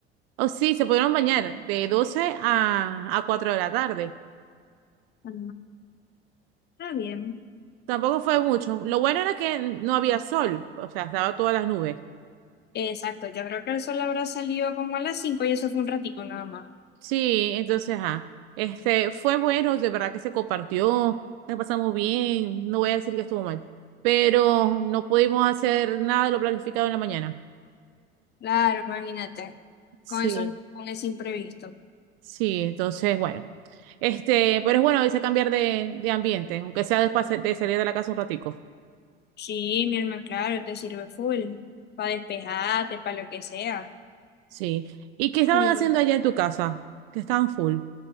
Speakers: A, on the right; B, on the left.
A: oh, sí, se pudieron bañar de 12 a, a 4 de la tarde.
B: Ah, está bien.
A: Tampoco fue mucho. Lo bueno era que no había sol, o sea, estaba todas las nubes.
B: Exacto, yo creo que el sol habrá salido como a las 5 y eso fue un ratico nada más.
A: Sí, entonces, ah, este, fue bueno, de verdad que se compartió, la pasamos bien, no voy a decir que estuvo mal, pero no pudimos hacer nada de lo planificado en la mañana.
B: Claro, imagínate,
A: Sí.
B: con eso, con ese imprevisto.
A: Sí, entonces, bueno. Este, pero es bueno a veces cambiar de, de ambiente, aunque sea después de salir de la casa un ratico.
B: Sí, mi hermano, claro, te sirve full, para despejarte, para lo que sea.
A: Sí. ¿Y qué estaban
B: Y
A: haciendo
B: bueno,
A: allá en tu casa? Que estaban full,